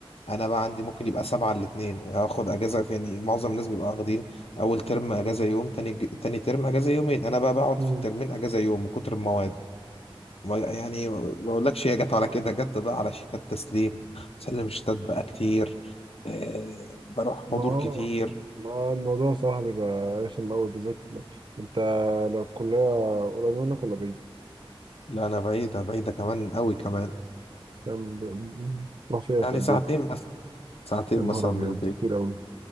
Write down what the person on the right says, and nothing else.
مم.
ما
هو
ما الموضوع صراحة بيبقى رخم أوي بالذات ل- أنت لو الكلية قريبة منك ولا بعيد؟
كام ب- تروح فيها في
قد
إيه؟
يا نهار
أبيض
كتير أوي